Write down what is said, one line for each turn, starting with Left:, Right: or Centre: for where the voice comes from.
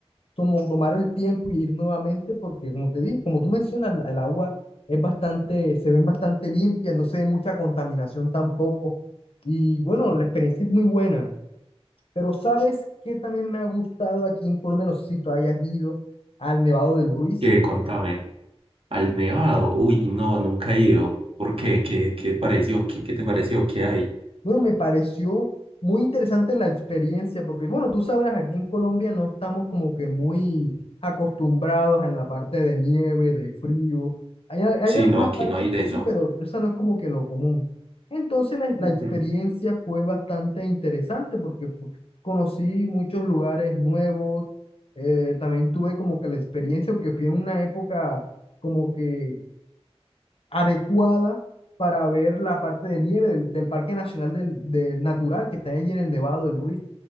Left: tomo- tomar el tiempo y ir nuevamente porque, como te dije, como tú mencionas, la- el agua es bastante, se ven bastante limpia no se ve mucha contaminación tampoco. Y bueno, la experiencia es muy buena. Pero ¿sabes qué también me ha gustado aquí en Colombia? No sé si tú hayas ido al Nevado del Ruiz.
Right: Que contame, al Nevado, uy, no, nunca he ido. ¿Por qué? ¿Qué, qué pareció? ¿Qué, qué te pareció? ¿Qué hay?
Left: Bueno, me pareció muy interesante la experiencia, porque bueno, tú sabrás, aquí en Colombia no estamos como que muy acostumbrados en la parte de nieve, de frío. Hay, al- hay
Right: Sí,
Left: algunas
Right: no, aquí
Left: partes
Right: no hay de
Left: que sí,
Right: eso.
Left: pero esa no es como que lo común. Entonces la, la
Right: Ujú.
Left: experiencia fue bastante interesante porque fu- conocí muchos lugares nuevos, eh, también tuve como que la experiencia, que fui en una época como que adecuada para ver la parte de nieve del, del Parque Nacional del, de- Natural que está allí en el Nevado del Ruiz.